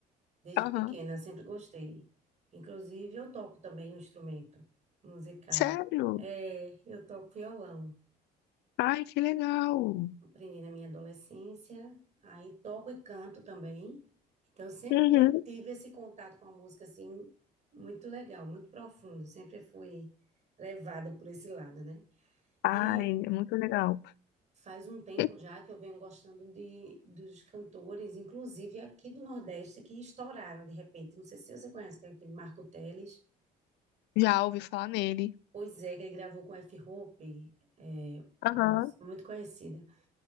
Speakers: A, on the right; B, on the left.
A: Desde
B: Aham.
A: pequena, sempre gostei. Inclusive, eu toco também um instrumento musical.
B: Sério?
A: É, eu toco violão.
B: Ai, que legal.
A: Aprendi na minha adolescência, aí toco e canto também. Então, eu sempre
B: Uhum.
A: tive esse contato com a música, assim, muito legal, muito profundo. Eu Sempre fui levada por esse lado, né?
B: Ai,
A: E
B: é muito legal.
A: Faz um tempo
B: <laughs>
A: já que eu venho gostando de, dos cantores, inclusive aqui do Nordeste, que estouraram de repente. Não sei se você conhece, que é aquele Marco Teles.
B: Já ouvi falar nele.
A: Pois é, que ele gravou com F. Hope, é
B: Aham.
A: é uma música muito conhecida.